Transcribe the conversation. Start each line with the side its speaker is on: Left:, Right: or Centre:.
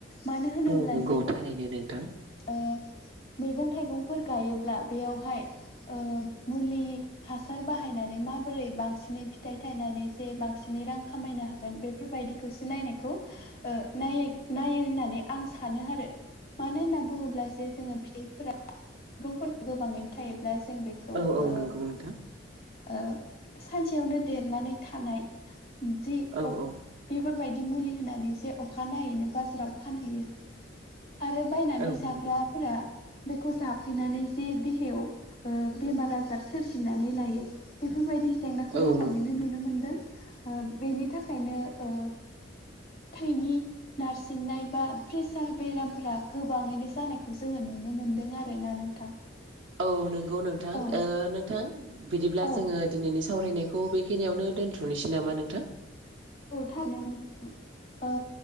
Left: मानो होनोब्ला
Right: औ नंगौ थारैनो नोंथां
Left: औ मैगं - थाइगंफोर गायोब्ला बेयावहाय ओ मुलि हासार बाहायनानै माबोरै बांसिनै फिथाइ थायनानै जे बांसिनै रां खामायनो हागोन बेफोरबायदिखौ नायनायखौ ओ नायो नायो होननानै आं सानो मानो होनना बुङोब्ला जे जोंङो फिथाइफोरा मैगंफोरा गोबाङैनो थायोब्ला जों बेखौ
Right: औ औ
Left: ओ
Right: नंगौ नोंथां
Left: ओ सानसेयावनो देरनानै थानाय जि
Right: औ
Left: अ
Right: औ
Left: बेफोरबायदि बि मुलि होनानै जे अखा नायैनो बाजाराव फानहैयो आरो बायनानै
Right: औ
Left: जाग्राफोरा
Right: नंगौ
Left: बेखौ जाफैनानै जे देहायाव ओ बेमार - आजार सोरजिनानै लायो बे बेफोरबायदि जेंनाखौ
Right: औ
Left: गोबांङैनो
Right: नंगौ नोंथां
Left: नुनो मोनदों बेनि थाखायनो ओ थैनि नारसिननाय बा प्रेसार बेरामफोरा गोबाङैनो जानायखौ जोंङो नुनो मोनदों आरोना नोंथां
Right: औ नंगौ नोंथां ओ
Left: औ
Right: नोंथां बिदिब्ला
Left: औ
Right: जोङो दिनैनि सा सावरायनायखौ बेखिनियावनो दोनथ'नोसै नामा नोंथां
Left: औ थारैनो नोंथां नोंथांजों